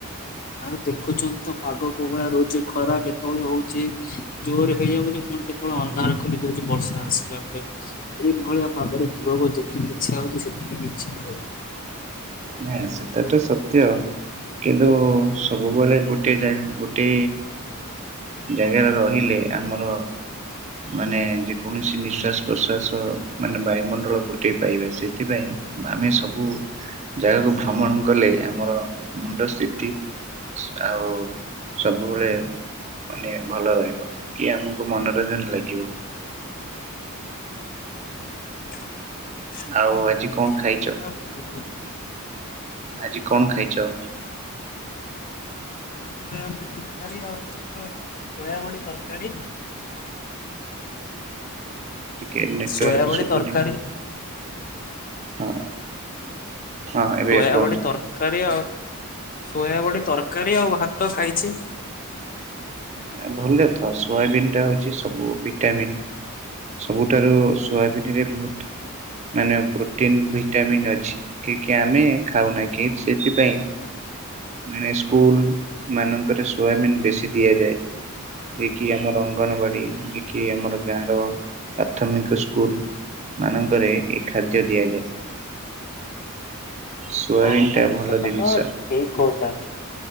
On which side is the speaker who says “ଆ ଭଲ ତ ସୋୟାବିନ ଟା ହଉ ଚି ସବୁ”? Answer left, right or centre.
Right